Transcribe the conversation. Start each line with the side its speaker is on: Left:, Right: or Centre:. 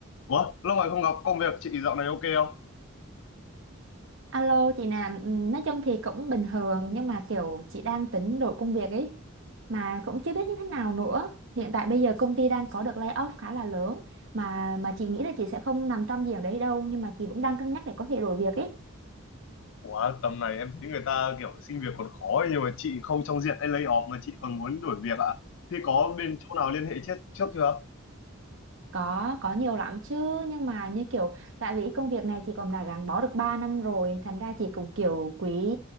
Left: Ủa, lâu ngày không gặp công việc chị dạo này ok không?
Right: Alo chị Nam, ừ, nói chung thì cũng bình thường nhưng mà kiểu chị đang tính đổi công việc ấy mà cũng chưa biết như thế nào nữa. Hiện tại bây giờ công ty đang có được layoff khá là lớn mà mà chị nghĩ là chị sẽ không nằm trong diện đấy đâu nhưng mà chị cũng đang cân nhắc để có thể đổi việc ý
Left: Ủa, tầm này em thấy người ta kiểu xin việc còn khó ấy, nhưng mà chị không trong diện lay off mà chị còn muốn đổi việc ạ. Thì có bên chỗ nào liên hệ trước, trước chưa?
Right: Có, có nhiều lắm chứ nhưng mà như kiểu tại vì công việc này chị còn đã gắn bó được 3 năm rồi thành ra chị cũng kiểu quý